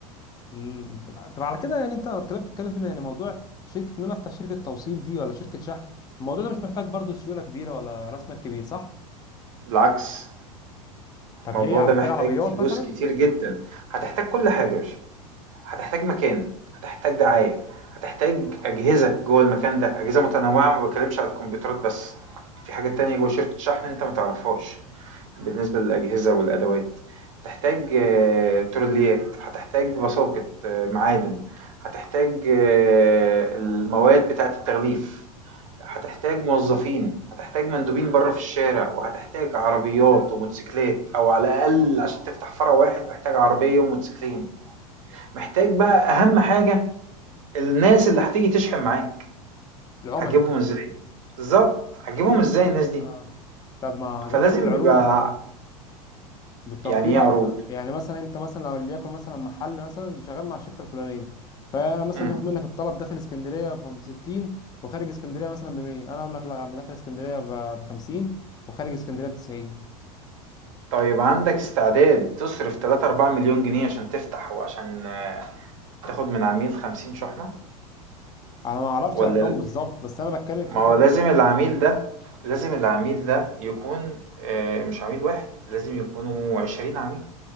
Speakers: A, on the left; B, on the right.
A: امم طب طب على كده يعني انت الكلام بتتكلم فيه ده يعني موضوع شركه ان انا افتح شركه توصيل دي ولا شركه شحن الموضوع ده مش محتاج برضو سيوله كبيره ولا راس مال كبير صح
B: بالعكس
A: طب
B: الموضوع
A: ليه
B: ده
A: هحتاج
B: محتاج
A: عربيات
B: فلوس
A: مثلا
B: كتير جدا هتحتاج كل حاجة يا باشا هتحتاج مكان هتحتاج دعاية هتحتاج أجهزة جوه المكان ده أجهزة متنوعة ما بتكلمش على الكمبيوترات بس في حاجات تانية جوه شركة شحن أنت ما تعرفهاش بالنسبة للأجهزة والأدوات هتحتاج آه، تروليات هتحتاج بساقط آه، معادن هتحتاج آه، المواد بتاعة التغليف هتحتاج موظفين هتحتاج مندوبين بره في الشارع وهتحتاج عربيات وموتوسيكلات أو على الأقل عشان تفتح فرع واحد محتاج عربية وموتوسيكلين محتاج بقى اهم حاجه الناس اللي هتيجي تشحن معاك
A: العملاء
B: هتجيبهم ازاي بالظبط هتجيبهم ازاي الناس دي
A: اه طب ما هجيبها
B: فلازم
A: بالعروض
B: يبقى
A: بالتوفير
B: يعني ايه عروض
A: اكتر يعني مثلا انت مثلا لو ليكن مثلا محل مثلا شغال مع الشركه الفلانيه فانا مثلا
B: مم.
A: باخد منك الطلب داخل اسكندريه ب 60 وخارج اسكندريه مثلا ب 100 انا اقول لك لا يا عم داخل اسكندريه ب 50 وخارج اسكندريه ب 90
B: طيب عندك استعداد تصرف 3 4 مليون جنيه عشان تفتح وعشان تاخد من عميل 50 شحنة
A: انا ما اعرفش
B: ولا
A: ارقام
B: ال-
A: بالظبط بس انا بتكلم
B: ما
A: في فكره
B: هو لازم العميل ده لازم العميل ده يكون آه، مش عميل واحد لازم يكونوا 20 عميل